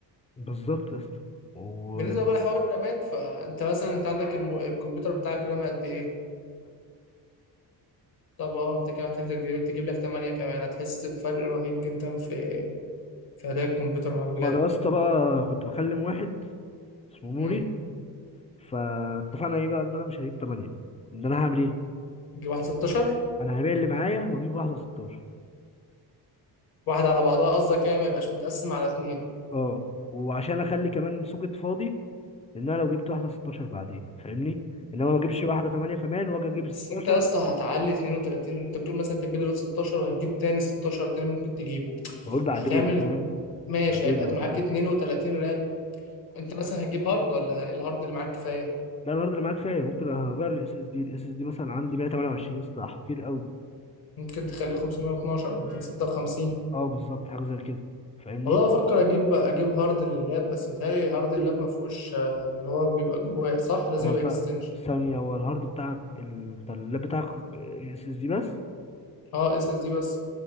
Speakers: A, on the left (about 15°); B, on the left (about 60°).
A: بالظبط يا اسطى وثمانية
B: بالنسبه بقى لحوار الرامات فانت مثلا انت عندك الم... الكمبيوتر بتاعك رام قد ايه طب اه انت كده محتاج تجيب تجيب لك 8 كمان هتحس بفرق رهيب جدا في في اداء الكمبيوتر معاك بجد
A: ما انا يا اسطى بقى كنت بكلم واحد اسمه نوري
B: امم
A: فاتفقنا ايه بقى ان انا مش هجيب ثمانية ان انا هعمل ايه
B: تجيب واحد 16
A: انا هبيع اللي معايا واجيب واحدة 16
B: واحد على بعضها قصدك يعني ما يبقاش متقسم على اتنين
A: اه وعشان اخلي كمان سوكت فاضي ان انا لو جبت واحدة 16 بعدين فاهمني انما ما اجيبش واحدة 8 كمان واجي اجيب
B: بس
A: 16
B: انت يا اسطى هتعلي 32 انت بتقول مثلا انت تجيب دلوقتي 16 وهتجيب تاني 16 تاني ممكن تجيبه
A: بقول بعدين
B: هتعمل
A: فاهم
B: ماشي
A: بعدين
B: هيبقى
A: لو
B: معاك
A: احتاج
B: 32 رام انت مثلا هتجيب هارد ولا الهارد اللي معاك كفايه
A: لا الهارد اللي معاك كفايه ممكن اغير الاس اس دي الاس اس دي مثلا عندي 128 يا اسطى كتير قوي
B: ممكن تخليه 512 او 256
A: اه بالظبط حاجه زي كده فاهمني
B: والله بفكر اجيب اجيب هارد لللاب بس متهيألي هارد اللاب ما فيهوش آه، اللي هو بيبقى جواه صح لازم
A: هو
B: يبقى
A: انت
B: اكستنشن
A: ثانيه هو الهارد بتاعك ال- انت اللاب بتاعك اس اس دي بس
B: اه اس اس دي بس